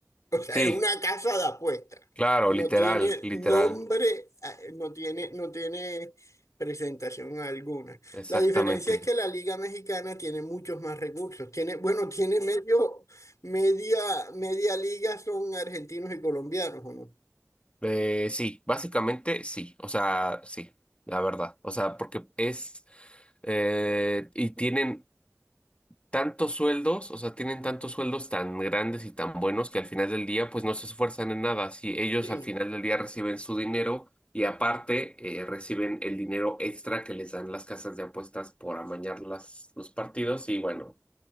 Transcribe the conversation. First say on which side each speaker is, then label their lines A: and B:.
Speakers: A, on the left (about 85°); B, on the left (about 20°).
A: O sea,
B: Sí,
A: es una casa de apuestas.
B: claro,
A: No
B: literal,
A: tiene
B: literal,
A: nombre, eh, no tiene, no tiene presentación alguna.
B: exactamente.
A: La diferencia es que la Liga Mexicana tiene muchos más recursos. Tiene, bueno, tiene medio, media, media liga son argentinos y colombianos, ¿o no?
B: Eh, sí, básicamente sí, o sea, sí, la verdad, o sea, porque es, eh, y tienen tantos sueldos, o sea, tienen tantos sueldos tan grandes y tan buenos que al final del día, pues no se esfuerzan en nada. Si ellos
A: Sí.
B: al final del día reciben su dinero y aparte eh, reciben el dinero extra que les dan las casas de apuestas por amañar las, los partidos y bueno,